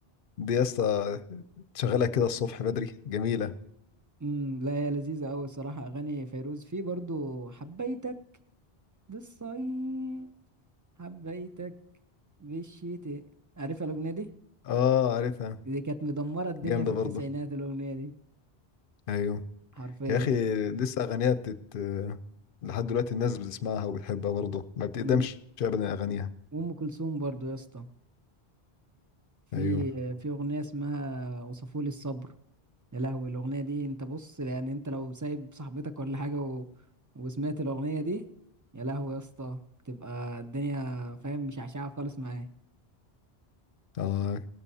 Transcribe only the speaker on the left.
دي يا اسطى شغالة كده الصبح بدري جميلة
اه عارفها
جامدة
برضه
ايوه
يا اخي لسه اغانيها بتت لحد دلوقتي الناس بتسمعها وبتحبها برضه ما بتقدمش
ابدا اغانيها
ايوه
اه